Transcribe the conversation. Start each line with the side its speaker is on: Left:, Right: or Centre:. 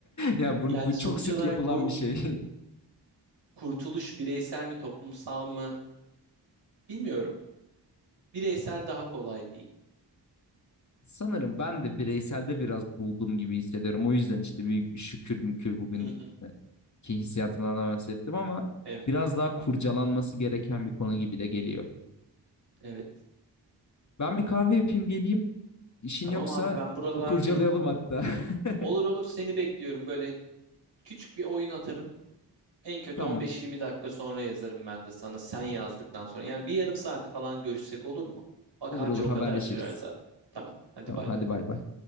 Left: Ya bunu
Right: Yani
Left: bu
Right: sonuç
Left: çok sık
Right: olarak
Left: yapılan
Right: bu
Left: bir şey.
Right: kurtuluş bireysel mi toplumsal mı bilmiyorum. Bireysel daha kolay diyeyim.
Left: <laughs> Sanırım ben de bireyselde biraz buldum gibi hissediyorum. O yüzden işte büyük bir şükür mükür bugün
Right: Hı hı.
Left: e, ki hissiyatımdan da bahsettim ama
Right: Evet,
Left: biraz daha kurcalanması gereken bir konu gibi de geliyor.
Right: evet.
Left: Ben bir kahve yapayım geleyim. İşin
Right: Tamam
Left: yoksa
Right: abi ben buralardayım.
Left: e, kurcalayalım hatta. <laughs>
Right: Olur olur seni bekliyorum. Böyle küçük bir oyun atarım. En kötü
Left: Tamam.
Right: 15-20 dakika sonra yazarım ben de sana sen yazdıktan sonra. Yani bir yarım saate falan görüşsek olur mu? Bak
Left: Olur
Right: anca
Left: olur
Right: o
Left: haberleşiriz.
Right: kadar sürer zaten. Tamam. Hadi
Left: Tamam
Right: bay
Left: hadi
Right: bay.
Left: bay bay.